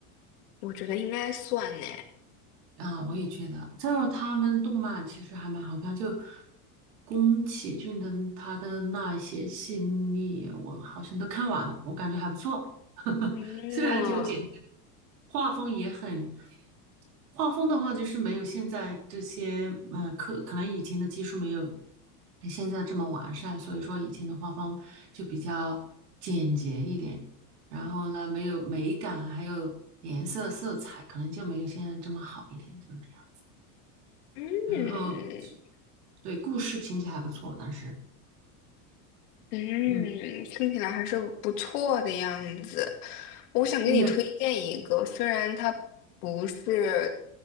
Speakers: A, on the left; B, on the right.
A: 我觉得应该算呢。
B: 啊，我也觉得。再有，他们动漫其实还蛮好看，就宫崎骏的他的那些系列，我好像都看完了，我感觉还不错。<laughs>
A: 嗯
B: 虽然就简单，画风也很，画风的话就是没有现在这些，呃，可可能以前的技术没有现在这么完善，所以说以前的画风就比较简洁一点。然后呢，没有美感，还有颜色、色彩，可能就没有现在这么好一点，就是这样。
A: 嗯
B: 然嗯后，对，故事情节还不错，当时，
A: 嗯，
B: 嗯，
A: 听起来还是不错的样子。我想给你推荐一个，
B: 你有没有看？
A: 虽然它不是